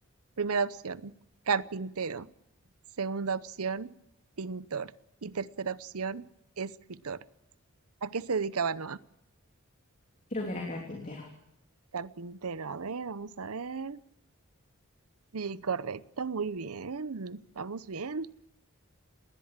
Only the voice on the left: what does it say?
Creo que era carpintero.